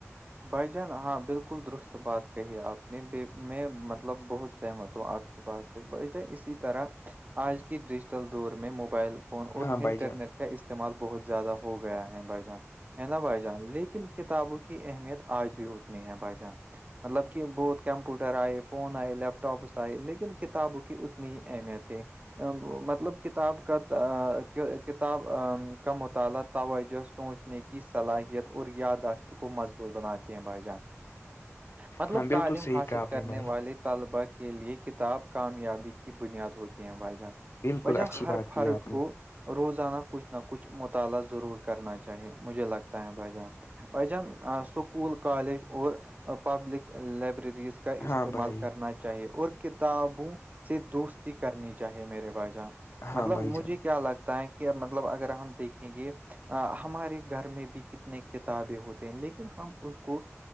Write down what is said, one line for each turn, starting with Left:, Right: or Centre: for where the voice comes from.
Right: بھائی جان ہاں بالکل درست بات کہی ہے آپ نے ب میں مطلب بہت سہمت ہوں آپ کی بات سے اسی طرح آج کی ڈیجیٹل دور میں موبائل فون اور
Left: ہاں بھائی
Right: انٹرنیٹ
Left: جان
Right: کا استعمال بہت زیادہ ہو گیا ہے بھائی جان ہے نا بھائی جان لیکن کتابوں کی اہمیت آج بھی ہوتنی ہے بھائی جان مطلب کہ بہت کمپیوٹر آئے فون آئے لیپ ٹاپس آئے لیکن کتابوں کی اتنی ہی اہمیت ہے مطلب کتاب کا کتاب کا مطالعہ توجہ سوچنے کی کی صلاحیت اور یاداشت کو مضبوط بناتے ہیں بھائی جان مطلب
Left: ہاں
Right: تعلیم
Left: بالکل صحیح
Right: حاصل
Left: کہا آپ
Right: کرنے
Left: نے بھائی
Right: والے طلباء کے لیے کتاب کامیابی کی بنیاد ہوتی ہیں بھائی جہان
Left: بالکل
Right: بھائی جان
Left: اچھی
Right: ہر
Left: بات کی
Right: فرد
Left: آپ نے
Right: کو روزانہ کچھ نہ کچھ مطالعہ ضرور کرنا چاہیے مجھے لگتا ہے بھائی جان بج جن سکول کالج اور پبلک لائبررز کا
Left: ہاں
Right: استعمال
Left: بھائی
Right: کرنا چاہیے اور کتابوں سے دوستی کرنی چاہیے میرے باجان
Left: ہاں
Right: مطلب
Left: بھائی
Right: مجھے
Left: جان
Right: کیا لگتا ہے کہ مطلب اگر ہم دیکھیں گے ہمارے گھر میں بھی کتنے تعابے ہوتے ہیں لیکن ہم اس کو